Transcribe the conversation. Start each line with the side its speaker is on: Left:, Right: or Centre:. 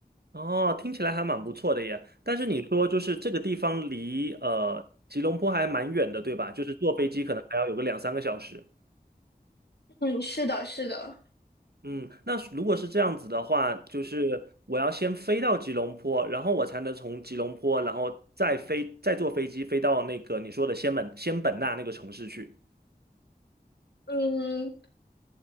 Right: 哦，听起来还蛮不错的耶。但是你说就是这个地方离呃吉隆坡还蛮远的，对吧？就是坐飞机可能还要有个两三个小时。
Left: 嗯，是的，是的。
Right: 嗯，那如果是这样子的话，就是我要先飞到吉隆坡，然后我才能从吉隆坡，然后再飞再坐飞机飞到那个你说的仙本仙本那那个城市去。
Left: 嗯，